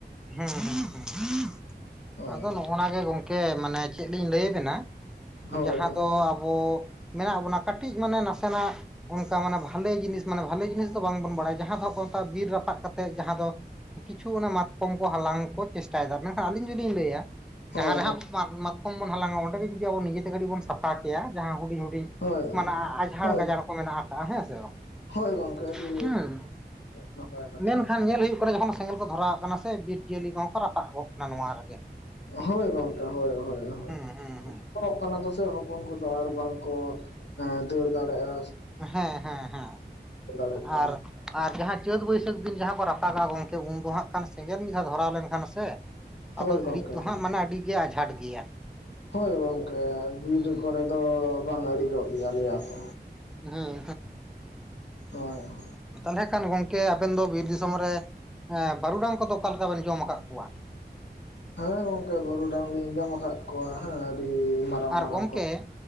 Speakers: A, in the centre; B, on the left.
A: ᱦᱩᱸ ᱦᱩᱸ <inaudible>
B: ᱦᱳᱭ
A: ᱟᱫᱚ ᱱᱚᱜᱼᱱᱟ ᱜᱮ ᱜᱚᱝᱠᱮ᱾ ᱠᱮ ᱢᱟᱱᱮ ᱪᱮᱜ ᱞᱤᱧ ᱞᱟᱹᱭ ᱟᱵᱮᱱᱟ
B: ᱦᱳᱭ ᱦᱳᱭ
A: ᱡᱟᱦᱟᱸ ᱫᱚ ᱟᱵᱚ ᱢᱮᱱᱟᱜ ᱵᱚᱱᱟ ᱠᱟᱹᱴᱤᱡ ᱢᱟᱱᱮ ᱱᱟᱥᱮᱱᱟᱜ ᱚᱝᱠᱟ ᱢᱟᱱᱮ ᱵᱷᱟᱞᱮ ᱡᱤᱱᱤᱥ ᱢᱟᱱᱮ ᱵᱷᱟᱞᱮ ᱡᱤᱱᱤᱥ ᱫᱚ ᱵᱟᱝᱵᱚᱱ ᱵᱟᱲᱟᱭᱟ ᱡᱟᱦᱟᱸ ᱫᱚ ᱢᱮ ᱵᱤᱨ ᱨᱟᱯᱟᱜ ᱠᱟᱛᱮᱜ ᱡᱟᱦᱟᱸ ᱫᱚ, ᱠᱤᱪᱷᱩ ᱚᱱᱟ ᱢᱟᱛ ᱠᱚᱢ ᱠᱚ ᱦᱟᱞᱟᱝ ᱠᱚ ᱪᱮᱥᱴᱟᱭᱫᱟ ᱢᱮᱱᱠᱷᱟᱱ ᱟᱹᱞᱤᱧ ᱡᱩᱫᱤᱧ ᱞᱟᱹᱭᱟ
B: ᱦᱳᱭ
A: ᱡᱟᱦᱟᱸ ᱨᱮ ᱦᱟᱸᱜ ᱢᱟᱛ-ᱢᱟᱛᱠᱚᱢ ᱵᱚᱱ ᱦᱟᱞᱟᱝ ᱚᱸᱰᱮ ᱜᱮ ᱡᱩᱫᱤ ᱟᱵᱚ ᱱᱤᱡᱮᱛᱮ ᱜᱟᱹᱴᱤᱡ ᱵᱚᱱ ᱥᱟᱯᱷᱟ ᱠᱮᱭᱟ ᱡᱟᱦᱟᱸ ᱦᱩᱰᱤᱧ-ᱦᱩᱰᱤᱧ
B: ᱦᱳᱭ
A: ᱢᱟᱱᱮ ᱟᱡᱷᱟᱲ
B: ᱦᱳᱭ
A: ᱜᱟᱡᱟᱲ ᱠᱚ ᱢᱮᱱᱟᱜ ᱟᱠᱟᱜᱼᱟ ᱦᱮᱸ ᱥᱮ ᱵᱟᱝ
B: ᱦᱳᱭ ᱜᱚᱝᱠᱮ
A: ᱾
B: ᱟᱹᱰᱤ
A: ᱦᱩᱸ,
B: ᱱᱟᱯᱟᱭ ᱠᱟᱛᱷᱟ
A: ᱢᱮᱱᱠᱷᱟᱱ ᱧᱮᱞ ᱦᱳᱭᱳᱜ ᱠᱟᱱᱟ ᱡᱚᱠᱷᱚᱱ ᱥᱮᱸᱜᱮᱞ ᱠᱚ ᱫᱷᱚᱨᱟᱣ ᱠᱟᱱᱟ ᱥᱮ ᱵᱤᱨ ᱡᱤᱭᱟᱹᱞᱤ ᱠᱚᱦᱚᱸ ᱠᱚ ᱨᱟᱯᱟᱜ ᱜᱚᱜ ᱠᱟᱱᱟ ᱱᱚᱣᱟ ᱨᱮᱜᱮ
B: ᱦᱳᱭ ᱜᱚᱝᱠᱮ ᱦᱳᱭ ᱦᱳᱭ ᱦᱳᱭ᱾
A: ᱦᱩᱸ ᱦᱩᱸ ᱦᱩᱸ
B: ᱯᱚᱱᱚᱜ ᱠᱟᱱᱟ ᱠᱚ ᱮᱥ ᱦᱚᱯᱚᱱ ᱠᱚᱫᱚ ᱟᱨ ᱵᱟᱝ ᱠᱚ, ᱮᱸ ᱫᱟᱹᱲ ᱫᱟᱲᱮᱜᱼᱟ᱾
A: ᱦᱮᱸ ᱦᱮᱸ ᱦᱮᱸ
B: ᱫᱟᱲᱮᱜ ᱠᱟᱱᱟ
A: ᱟᱨ ᱟᱨ ᱡᱟᱦᱟᱸ ᱪᱟᱹᱛ ᱵᱟᱹᱭᱥᱟᱹᱠ ᱫᱤᱱ ᱡᱟᱦᱟᱸ ᱠᱚ ᱨᱟᱯᱟᱜᱟ ᱜᱚᱝᱠᱮ ᱩᱱ ᱫᱚ ᱦᱟᱜ ᱠᱷᱟᱱ ᱥᱮᱸᱜᱮᱞ ᱢᱤᱫ ᱫᱷᱟᱣ ᱫᱷᱚᱨᱟᱣ ᱞᱮᱱᱠᱷᱟᱱ ᱥᱮ,
B: ᱦᱳᱭ
A: ᱟᱫᱚ
B: ᱜᱚᱝᱠᱮ
A: ᱤᱬᱤᱡ
B: ᱦᱳᱭ
A: ᱫᱚ ᱦᱟᱸᱜ ᱢᱟᱱᱮ ᱟᱹᱰᱤ ᱜᱮ ᱟᱡᱷᱟᱴ ᱜᱮᱭᱟ᱾
B: ᱦᱳᱭ ᱜᱚᱝᱠᱮ, ᱵᱤᱨ
A: ᱦᱩᱸ
B: ᱠᱚᱨᱮ ᱫᱚ ᱵᱟᱝ ᱟ. ᱲᱤ ᱡᱚᱜ ᱯᱮᱭᱟ ᱞᱮᱭᱟ ᱠᱚ
A: ᱦᱩᱸ
B: ᱦᱳᱭ ᱦᱳ
A: ᱛᱟᱞᱦᱮ ᱠᱷᱟᱱ ᱜᱚᱝᱠᱮ ᱟᱵᱮᱱ ᱫᱚ ᱵᱤᱨ ᱫᱤᱥᱚᱢ ᱨᱮ, ᱮᱸ ᱵᱟᱹᱨᱩᱰᱟᱝ ᱠᱚᱫᱚ ᱚᱠᱟᱞᱮᱠᱟ ᱵᱮᱱ ᱡᱚᱢ ᱠᱟᱜ ᱠᱚᱣᱟ?
B: ᱦᱮᱸ ᱜᱚᱝᱠᱮ ᱵᱟᱹᱨᱩᱰᱟᱝ ᱞᱤᱧ ᱡᱚᱢ ᱟᱠᱟᱫ ᱠᱚᱣᱟ ᱦᱮᱸ ᱟᱹᱰᱤ ᱢᱟᱨᱟᱝ
A: ᱟᱨ
B: ᱢᱟᱨᱟᱝ
A: ᱜᱚᱝᱠᱮ
B: ᱠᱚ